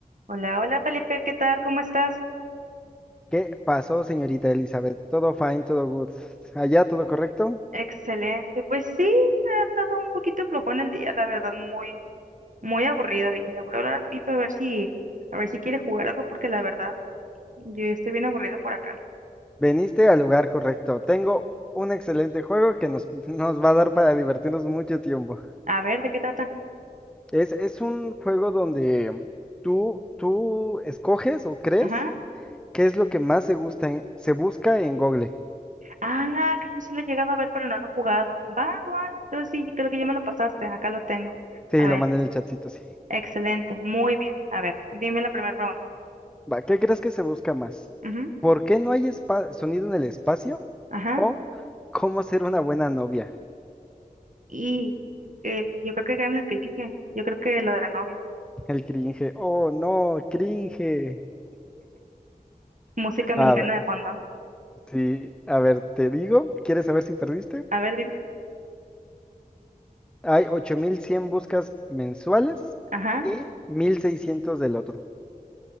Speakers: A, on the right; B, in the centre.
A: Hola, hola Felipe, ¿qué tal? ¿Cómo estás?
B: ¿Qué pasó, señorita Elizabeth? Todo fine, todo good. Allá todo correcto.
A: Excelente. Pues sí, ha andado un poquito flojón el día, la verdad, muy, muy aburrido. Dije, le voy a hablar al Pipe a ver si, a ver si quiere jugar algo, porque la verdad, yo ya estoy bien aburrida por acá.
B: Veniste al lugar correcto. Tengo un excelente juego que nos, <laughs> nos va a dar para divertirnos mucho tiempo.
A: A ver, ¿de qué trata?
B: Es, es un juego donde tú, tú escoges o crees
A: Ajá.
B: qué es lo que más se gusta, en- se busca en Google.
A: Ah, creo que sí lo he llegado a ver, pero no lo he jugado. Va, va. Entonces sí, creo que ya me lo pasaste, acá lo tengo.
B: Sí,
A: A ver,
B: lo mandé
A: entonces,
B: en el chatcito, sí.
A: excelente, muy bien. A ver, dime la primera pregunta.
B: Va, ¿qué crees que se busca más?
A: Ujú,
B: ¿Por qué no hay espa- sonido en el espacio?
A: Ajá.
B: ¿O cómo ser una buena novia?
A: Y el, yo creo que gana el que dije. Yo creo que lo de la novia.
B: El cringe. Oh, no, cringe.
A: Música mexicana
B: A ver,
A: de fondo.
B: sí, a ver, te digo, ¿quieres saber si perdiste?
A: A ver, dime.
B: Hay 8.100 buscas mensuales
A: Ajá,
B: y 1.600 del otro.